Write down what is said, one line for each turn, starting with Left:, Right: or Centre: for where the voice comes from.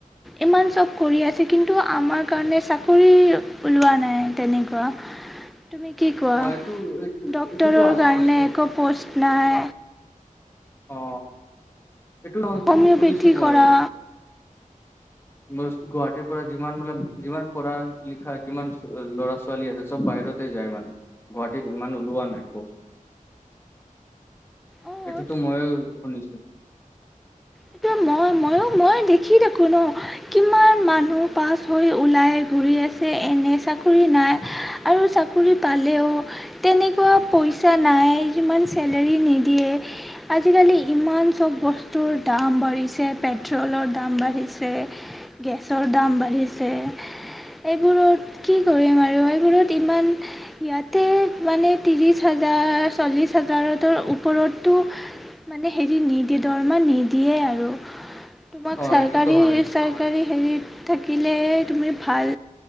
Centre: ইমান চব কৰি আছে কিন্তু আমাৰ কাৰণে চাকৰি ওলোৱা নাই তেনেকুৱা। তুমি কি কোৱা
Left: অ' এইটো এই
Centre: ডক্তৰৰ
Left: এইটো টো আছে
Centre: কাৰণে
Left: আছে
Centre: একো প'ষ্ট নাই
Left: অ। এইটো, এইটো
Centre: হোমিঅ'পেথি
Left: মই শুনিছো মই।
Centre: কৰা
Left: গুৱাহাটীৰ পৰা যিমানবিলাক যিমান পঢ়া লিখা লৰা ছোৱালী আছে সৱ বাহিৰতে যাই মানে গুৱাহাটীত ইমান ওলোৱা নাই,
Centre: অঁ
Left: সেইটোতো মইও শুনিছো,
Centre: এতিয়া মই মই মইও দেখি থাকোঁ ন কিমান মানুহ পাছ হৈ ওলাই ঘূৰি আছে এনে চাকৰি নাই আৰু চাকৰি পালেও তেনেকৱা পইচা নাই সিমান চেলাৰী নিদিয়ে আজি কালি ইমান চব বস্তুৰ দাম বাঢ়িছে পেট্ৰলৰ দাম বাঢ়িছে, গেছৰ দাম বাঢ়িছে এইবোৰত কি কৰিম আৰু এইবোৰত ইমান ইয়াতে মানে তিৰিশ হাজাৰ চল্লিশ হাজাৰ ওপৰতো মানে হেৰি <unintelligible> সেয়ে আৰু মোক
Left: অ
Centre: চৰকাৰী
Left: এইটোতো হয়
Centre: চৰকাৰী হেৰিত থাকি থাকিলে তুমি ভাল